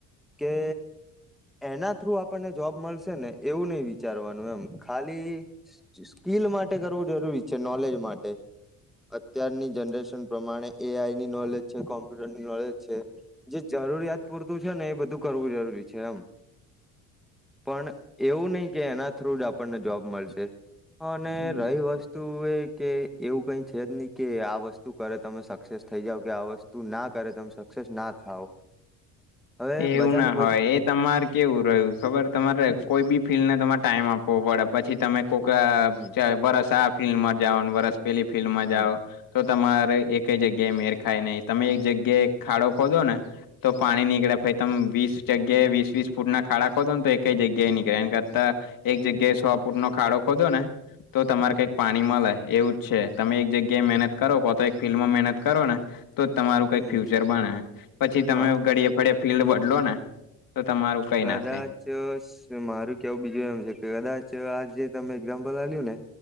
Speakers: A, in the centre; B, on the left.
A: કે. એના થ્રુ આપણને જોબ મળશે ને એવું નઈ વિચારવાનું એમ ખાલી સ્કીિલ માટે કરવું જરૂરી છે નોલેજ માટે અત્યારની જનરેશન પ્રમાણે એ આઈ ની નોલેજ છે કોમ્પ્યુટર ની નોલેજ છે. જે જરૂરિયાત પૂરતું છે ને એ બધું કરવું જરૂરી છે એમ. પણ એવું નહી કે એના થ્રુ જ આપણને જોબ મળશે અને
B: હમ.
A: રહી વસ્ તુ એ કે એવું કઈ છે જ નહી કે આ વસ્તુ કરે તમે સક્સેસ થઈ જાવ કે આ વસ્ તું ના કરે તમે સક્સેસ ના થાવ. હવે
B: એવું
A: બધાની
B: ના હોય
A: પોત
B: એ તમારે કેવું રહ્યું ખબર તમારે કોઈ બી ફિલ્ડને તમારે ટાઈમ આપ પો પડે પછી તમે કોક
A: હમ
B: વરસ આ ફિલ્મમાં જાઓ, વરસ પેલી ફિલ્મમાં
A: હમ
B: જાઓ. તો તમારે એક જગ્યાએ મેરખાય નહી તમે એક જગ્યાએ ખાડો ખોદો ને તો પાણી નીકળે ભ તમે વીસ જગ્યાએ વીસ વીસ ફૂટ ના ખાડા ખોદો ને તો એક જગ્યાએ એ નીકળે એ કરતા એક જગ્યાએ સો પુર નો ખાડો ખોધો ને તો તમારે કંઈક પાણી મળે એવું જ છે તમે એક જગ્યાએ મહેનત કરો કો તો એક ફિલ્ડમાં મહેનત કરો ને તો તમારું કઈ
A: હમ
B: ફ્યુચર બને પછી તમે
A: હા
B: ઘડીએ ફળે ફિલ્ડ બદલો ને તો તમારું કઈ ના
A: કદા
B: થાય.
A: ચ મારું કેવું બીજું એમ છે કે કદાચ આ જે તમે એઝામ્પલ આપ્યું ને